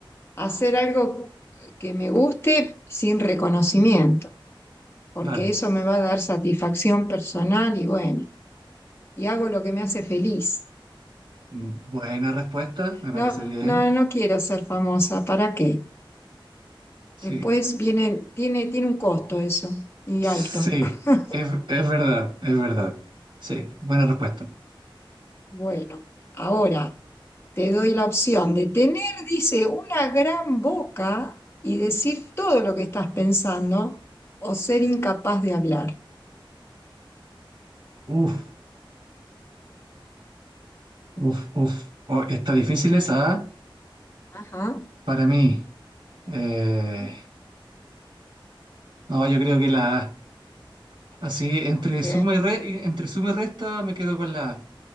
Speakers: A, on the left; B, on the right.
A: hacer algo que me guste sin reconocimiento, porque
B: Dale.
A: eso me va a dar satisfacción personal y bueno, y hago lo que me hace feliz.
B: Mm, Buena respuesta, me parece
A: No,
B: bien.
A: no, no quiero ser famosa, ¿para qué?
B: Sí.
A: Después viene, tiene, tiene un costo eso, y
B: Sí,
A: alto. <laughs>
B: es, es verdad, es verdad. Sí, buena respuesta.
A: Bueno, ahora te doy la opción de tener, dice, una gran boca y decir todo lo que estás pensando o ser incapaz de hablar.
B: Uf, uf, uf. Oh, está difícil esa, ¿ah?
A: Ajá,
B: Para mí, eh, no, yo creo que la, así, entre
A: ok,
B: suma y re- entre suma y resta me quedo con la A,